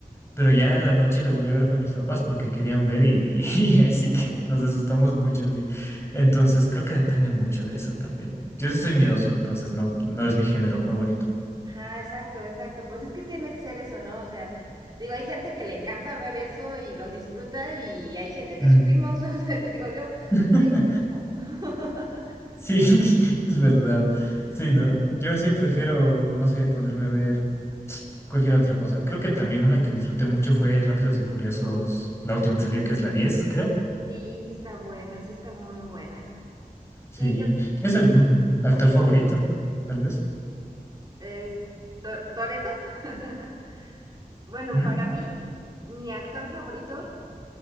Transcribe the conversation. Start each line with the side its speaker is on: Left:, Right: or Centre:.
Left: Pero ya en la noche la volví a ver con mis papás porque querían ver y, <laughs> y ahí sí
Right: <laughs>
Left: que nos asustamos mucho, sí. Entonces creo que depende mucho de eso también. Yo sí soy miedoso, entonces no, no es mi género favorito.
Right: Ajá, exacto, exacto. Pues es que tiene que ser eso, ¿no? O sea, digo, hay gente que le encanta ver eso y lo disfruta y hay gente que
Left: Mm.
Right: sufrimos. <laughs> O sea, digo, yo
Left: <laughs>
Right: digo, no. <laughs>
Left: Sí, <laughs> es verdad. Sí, no. Yo sí prefiero, no sé, ponerme a ver. cualquier otra cosa. Creo que también una que disfruté mucho fue Rápidos y Furiosos, la última que salió, que es la diez creo.
Right: Sí, sí está buena, sí está muy buena.
Left: Sí.
Right: Sí, yo,
Left: ¿Tienes algún actor favorito? Tal vez.
Right: es, To- Toretto. <laughs> Bueno,
Left: ¿Mm?
Right: para mí, mi actor favorito,